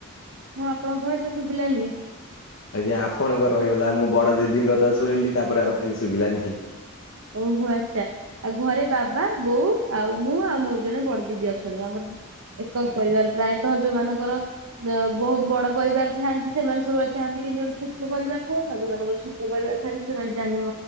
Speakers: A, on the right; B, on the left.
A: ହୁଁ, ଆପଣଙ୍କ ଭୟସ ଶୁଭିଲାନି।
B: ଆଜ୍ଞା ଆପଣଙ୍କ ରହିଗଲା ମୁଁ ବଡ଼ ଦିଦିଙ୍କକଥା ଶୁଣିଲି, ତାପରେ ଆଉ କିଛି ଶୁଭିଲାନି।
A: ଓହୋ ଆଛା। ଆଉ ଘରେ ବାବା ବୋଉ ଆଉ ମୁଁ ଆଉ ମୋର ଜଣେ ବଡ଼ ଦିଦି ଅଛନ୍ତି ଆମର ଏକକ ପରିବାର ପ୍ରାୟତଃ ଯୋଉ ମାନଙ୍କର ବହୁତ ବଡ଼ ପରିବାର ଥାଆନ୍ତି ସେମାନେ ସବୁଥାନ୍ତି କେମତି ଗୋଟେ ଛୋଟ ପରିବାର ଥାଏ, ଯୋଉମାନଙ୍କର ଛୋଟ ପରିବାର ଥାନ୍ତି ସେମାନେ ଜାଣ